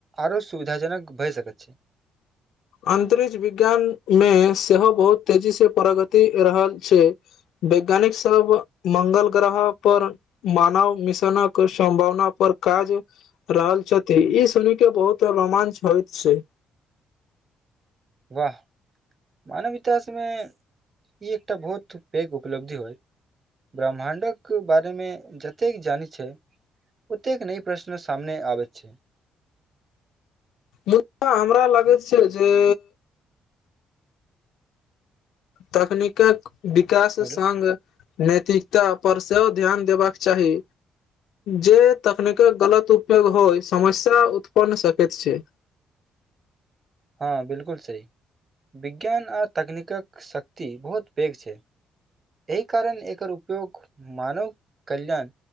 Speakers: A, on the right (about 35°); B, on the left (about 80°).
A: आरो सुविधाजनक भए सकैत छै
B: अन्तरिक्ष विज्ञान मे सेहो बहुत तेजी से प्रगति रहल छै वैज्ञानिक सब मंगल ग्रह पर मानव मिशनक सम्भावना पर काज रहल छथि ई सुनि के बहुत रोमांच होइत छै
A: वाह मानवता इसमे ई एकटा भुत पैघ उपलब्धि होइ ब्रह्माण्डक बारेमे जतेक जानै छै ओतेक नई प्रश्न सामने आबैत छै
B: मुआ हमरा लगैत छै जे तकनीकक विकास
A: हेलो
B: संग नैतिकता पर सेहो ध्यान देबाक चाही जे तकनीकक गलत उपयोग होइ समस्या उत्पन्न सकैत छै
A: हँ बिल्कुल सही विज्ञान आ तकनीकक शक्ति बहुत पैघ छै एहि कारण एकर उपयोग मानव कल्याण